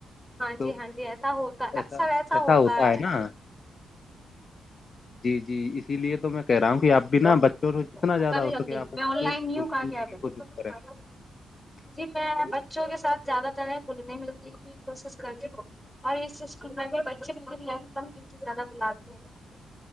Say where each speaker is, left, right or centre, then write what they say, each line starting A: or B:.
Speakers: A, on the left; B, on the left.
A: تو
B: ج ہاں ایسا ہو
A: ایسا
B: اثر
A: ایسا
B: ہوتا ہے
A: نا جی جی اسی لیے تو میں کہہ رہا ہوں کہ آپ بھی
B: جل
A: نا بچوں کو جتنا زیادہ ہو سکے
B: میں
A: آپ
B: آن لائن
A: گھل
B: نہیں ہ
A: ملنے کی کوشش کریں
B: جی میں بچوں کے ساتھ زیادہ تر بھلنے ملنے کی کوشش کرتی ہوں اور اس اسکول میں بھی بچے لن ل کم ڈیوٹی زیادہ بلاتے ہیں